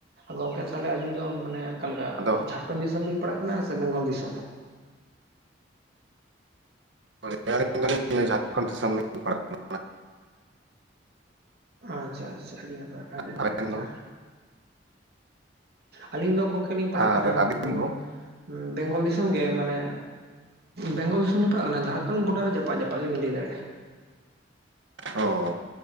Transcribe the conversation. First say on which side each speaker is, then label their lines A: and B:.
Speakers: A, on the right (about 60°); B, on the right (about 75°).
A: ᱜᱚᱝᱠᱮ ᱛᱟᱦᱚᱞᱮ ᱟᱹᱵᱤᱱ ᱫᱚ ᱢᱟᱱᱮ ᱟᱠᱟᱞᱮᱠᱟ
B: ᱟᱫᱚ
A: ᱡᱷᱟᱲᱠᱷᱚᱸᱱᱰ ᱫᱤᱥᱚᱢ ᱵᱤᱱ ᱯᱟᱲᱟᱜ ᱠᱟᱱᱟ ᱥᱮ ᱵᱮᱝᱜᱚᱞ ᱫᱤᱥᱚᱱ?
B: <inaudible>
A: ᱟᱪᱪᱷᱟ ᱟᱪᱪᱷᱟ ᱟᱹᱰᱤ ᱱᱟᱯᱟᱭ ᱟᱹᱰᱤ ᱱᱟᱯᱟᱭ
B: ᱟᱵᱮᱱ
A: ᱠᱟᱛᱷᱟ᱾
B: ᱫᱚ
A: ᱟᱹᱞᱤᱧ ᱫᱚ ᱜᱚᱝᱠᱮ ᱞᱤᱧ ᱯᱟᱲᱟᱜ
B: ᱟᱨ
A: ᱠᱟᱱᱟ
B: ᱟᱹᱵᱤᱱ
A: ᱩᱸ
B: ᱫᱚ
A: ᱵᱮᱝᱜᱚᱞ ᱫᱤᱥᱚᱢ ᱜᱮ ᱢᱟᱱᱮ ᱵᱮᱝᱜᱚᱞ ᱫᱤᱥᱚᱢ ᱞᱮ ᱯᱟᱲᱟᱜ ᱠᱟᱱᱟ ᱡᱷᱟᱲᱠᱷᱚᱸᱱᱰ ᱵᱚᱰᱟᱨ ᱡᱟᱯᱟᱜ ᱡᱟᱯᱟᱜ ᱜᱮᱵᱤᱱ ᱞᱟᱹᱭ ᱫᱟᱲᱮᱭᱟᱜ-ᱟ᱾
B: ᱚᱸ